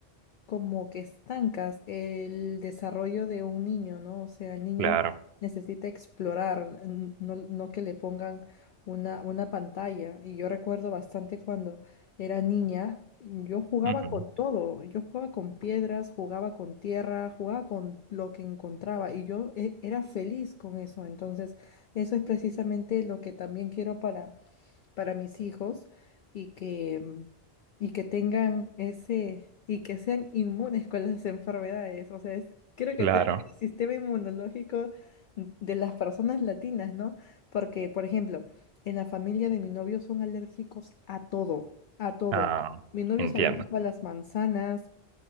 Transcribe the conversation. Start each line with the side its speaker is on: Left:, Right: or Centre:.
Left: como que estancas el desarrollo de un niño, ¿no? O sea, el niño
Right: Claro,
Left: necesita explorar, n- no, no que le pongan una, una pantalla. Y yo recuerdo bastante cuando era niña, yo jugaba
Right: ujú,
Left: con todo, yo jugaba con piedras, jugaba con tierra, jugaba con lo que encontraba y yo e- era feliz con eso. Entonces, eso es precisamente lo que también quiero para mis hijos y que, mm, y que tengan ese, y que sean inmunes con las enfermedades. O sea, es- creo
Right: claro.
Left: que también es el sistema inmunológico de las personas latinas, ¿no? Porque, por ejemplo, en la familia de mi novio son alérgicos a todo, a todo.
Right: Ah,
Left: Mi novio
Right: entiendo.
Left: es alérgico a las manzanas,